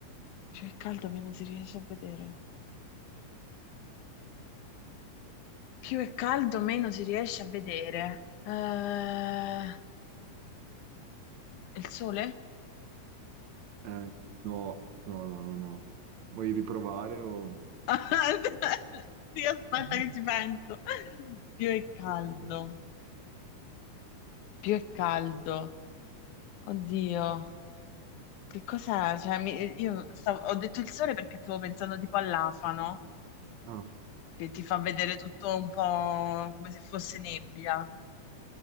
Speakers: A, on the left; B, on the right.
A: più è caldo, meno si riesce a vedere. Più è caldo, meno si riesce a vedere. Eh, il sole?
B: Eh, no, no, no, no, no. Vuoi riprovare o...
A: <laughs> Sì, aspetta
B: <laughs>
A: che ci penso. Più è caldo,
B: Ok, ok.
A: più è caldo. Oddio, che cos'è? Cioè, mi- io stavo- ho detto il sole perché stavo pensando tipo all'afano
B: Ah.
A: che ti fa vedere tutto un po' come se fosse nebbia,